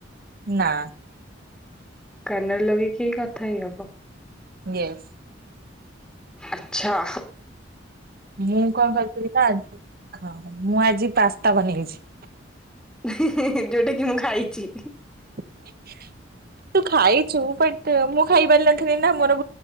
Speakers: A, on the right; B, in the centre.
A: ନା।
B: କାନରେ ଲଗେଇକି ହି କଥା ହେଇ ହବ।
A: ୟେସ।
B: ଆଛା।
A: ମୁଁ କଣ କରିଥିଲି ନାଁ ହଁ ମୁଁ ଆଜି ପାସ୍ତା ବନେଇଛି।
B: ଯୋଉଟା କି ମୁଁ ଖାଇଛି।
A: <inaudible> ତୁ ଖାଇଛୁ ବଟ ମୁଁ ଖାଇ ପାରଥିଲି ନା ମୋର